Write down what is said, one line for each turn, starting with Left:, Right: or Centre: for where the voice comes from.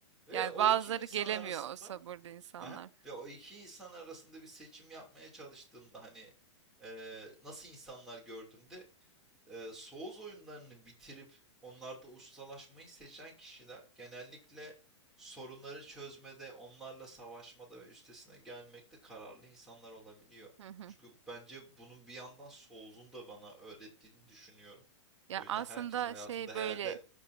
Centre: ve
Right: yani
Centre: o
Right: bazıları
Centre: iki insan
Right: gelemiyor
Centre: arasında
Right: o sabırlı insanlar.
Centre: aha, ve o iki insan arasında bir seçim yapmaya çalıştığımda hani eee, nasıl insanlar gördüğümde e, Souls oyunlarını bitirip onlarda ustalaşmayı seçen kişiler genellikle sorunları çözmede, onlarla savaşmada ve üstesine gelmekte kararlı insanlar olabiliyor.
Right: Hı hı.
Centre: Çünkü bence bunun bir yandan Souls'un da bana öğrettiğini düşünüyorum.
Right: Ya
Centre: O yüzden
Right: aslında
Centre: herkes hayatında
Right: şey
Centre: herhalde
Right: böyle